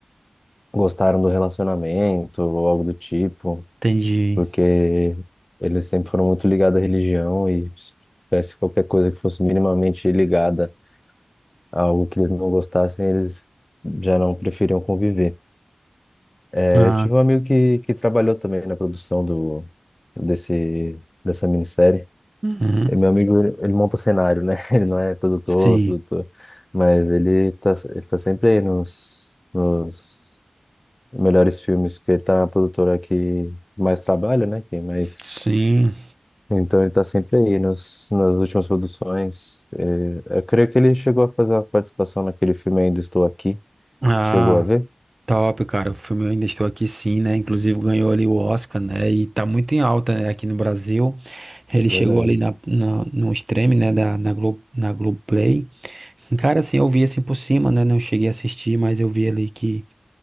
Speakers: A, on the left (about 35°); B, on the right (about 50°).
A: gostaram do relacionamento ou algo do tipo,
B: Entendi.
A: porque eles sempre foram muito ligados à religião e se tivesse qualquer coisa que fosse minimamente ligada a algo que eles não gostassem, eles já não preferiam conviver. É,
B: Ah,
A: eu tive um amigo que, que trabalhou também na produção do, desse, dessa minissérie.
B: uhum.
A: E meu amigo, ele, ele monta cenário, né? <laughs> Ele não é produtor,
B: Sim,
A: produtor, mas ele tá, ele tá sempre aí nos, nos melhores filmes, porque ele tá na produtora que mais trabalha, né? Que mais...
B: sim.
A: Então ele tá sempre aí nos, nas últimas produções. Ele- eu creio que ele chegou a fazer uma participação naquele filme Ainda Estou Aqui.
B: Ah,
A: Chegou a ver?
B: top, cara. O filme Eu Ainda Estou Aqui, sim, né? Inclusive ganhou ali o Oscar, né? E tá muito em alta, né? Aqui no Brasil. Ele
A: Verdade.
B: chegou ali na, na, no stream, né? Da, na Glo na Globoplay. Cara, assim, eu vi assim por cima, né? Não cheguei a assistir, mas eu vi ali que,